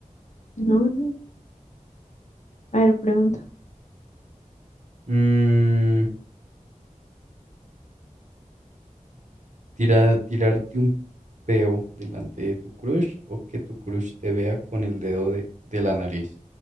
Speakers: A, on the left (about 65°); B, on the right (about 65°).
A: No, no. A ver, pregunta.
B: <laughs> Mm, tira- tirarte un peo delante de tu crush o que tu crush te vea con el dedo de, de la nariz.